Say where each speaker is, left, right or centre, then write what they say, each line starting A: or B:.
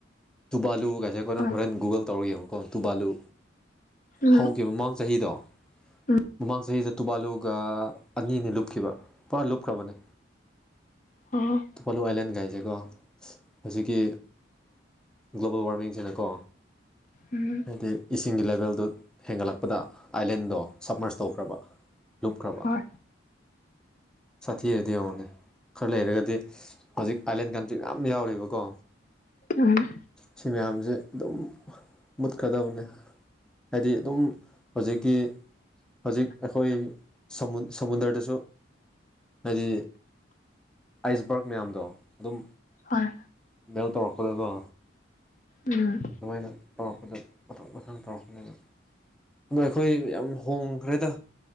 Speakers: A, in the centre; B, on the left.
A: ꯇꯨꯕꯥꯂꯨ ꯀꯥꯏꯁꯦ ꯑꯈꯣꯏꯅ
B: ꯍꯣꯏ
A: ꯍꯣꯔꯦꯟ ꯒꯨꯒꯜ ꯇꯧꯔꯒ ꯌꯦꯡꯉꯨꯀꯣ ꯇꯨꯕꯥꯂꯨ
B: ꯎꯝ
A: ꯍꯧꯈꯤꯕ ꯃꯃꯥꯡ ꯆꯍꯤꯗꯣ
B: ꯎꯝ
A: ꯃꯃꯥꯡ ꯆꯍꯤꯗ ꯇꯨꯕꯥꯂꯨꯒ ꯑꯅꯤꯅꯦ ꯂꯨꯞꯈꯤꯕ ꯄꯨꯔ ꯂꯨꯞꯈ꯭ꯔꯕꯅꯦ
B: ꯑꯣ
A: ꯇꯨꯕꯥꯂꯨ ꯑꯥꯏꯂꯦꯟ ꯒꯥꯏꯁꯦ ꯀꯣ ꯍꯧꯖꯤꯛꯀꯤ ꯒ꯭ꯂꯣꯕꯜ ꯋꯥꯔꯃꯤꯡꯁꯤꯅꯀꯣ
B: ꯎꯝ
A: ꯑꯗꯩ ꯏꯁꯤꯡꯒꯤ ꯂꯦꯕꯦꯜꯗꯨ ꯍꯦꯟꯒꯠꯂꯛꯄꯗ ꯑꯥꯏꯂꯦꯟꯗꯣ ꯁꯞꯃꯔꯁ ꯇꯧꯈ꯭ꯔꯕ ꯂꯨꯞꯈ꯭ꯔꯕ
B: ꯍꯣꯏ
A: ꯁꯥꯊꯤꯔꯗꯤ ꯌꯦꯡꯉꯣꯅꯦ ꯈꯔ ꯂꯩꯔꯒꯗꯤ ꯍꯧꯖꯤꯛ ꯑꯥꯏꯂꯦꯟ ꯀꯟꯇ꯭ꯔꯤ ꯃꯌꯥꯝ ꯌꯥꯎꯔꯤꯕꯀꯣ
B: ꯎꯝ
A: ꯁꯤ ꯃꯌꯥꯝꯁꯦ ꯑꯗꯨꯝ ꯃꯨꯠꯀꯗꯕꯅꯦ ꯍꯥꯏꯗꯤ ꯑꯗꯨꯝ ꯍꯧꯖꯤꯛꯀꯤ ꯍꯧꯖꯤꯛ ꯑꯩꯈꯣꯏ ꯁꯃꯨꯗ꯭ꯔꯗꯁꯨ ꯍꯥꯏꯗꯤ ꯑꯥꯏꯁꯕꯔꯛ ꯃꯌꯥꯝꯗꯣ ꯑꯗꯨꯝ
B: ꯍꯣꯏ
A: ꯕꯦꯜ ꯇꯧꯔꯛꯄꯗꯕꯣ
B: ꯎꯝ
A: ꯑꯗꯨꯃꯥꯏꯅ ꯇꯧꯔꯛꯄꯗ ꯃꯣꯊꯣꯛ ꯃꯊꯥꯡ ꯇꯧꯔꯛꯄꯅꯦꯅ ꯑꯩꯈꯣꯏ ꯌꯥꯝ ꯍꯣꯡꯈ꯭ꯔꯦꯗ